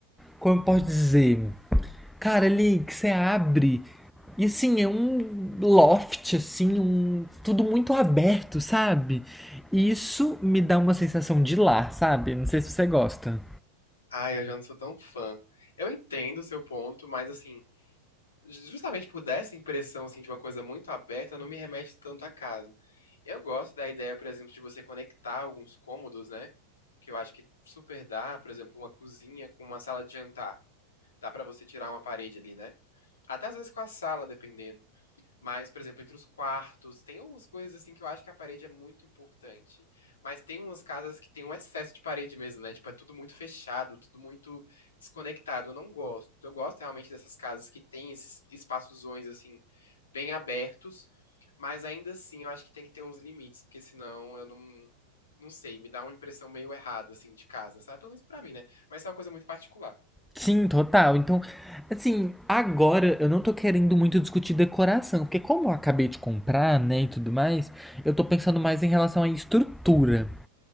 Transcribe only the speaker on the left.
Ai, eu já não sou tão fã. Eu entendo o seu ponto, mas assim, ju- justamente por dar essa impressão assim, de uma coisa muito aberta, não me remete tanto à casa. Eu gosto da ideia, por exemplo, de você conectar alguns cômodos, né? Que eu acho que super dá, por exemplo, uma cozinha com uma sala de jantar. Dá pra você tirar uma parede ali, né? Até às vezes com a sala, dependendo. Mas, por exemplo, entre os quartos, tem umas coisas assim que eu acho que a parede é muito importante. Mas tem umas casas que tem um excesso de parede mesmo, né? Tipo, é tudo muito fechado, tudo muito desconectado. Eu não gosto. Eu gosto realmente dessas casas que tem esses espaçozões assim bem abertos, mas ainda assim eu acho que tem que ter uns limites, porque senão eu não não sei, me dá uma impressão meio errada assim de casa, sabe? Pelo menos pra mim, né? Mas isso é uma coisa muito particular.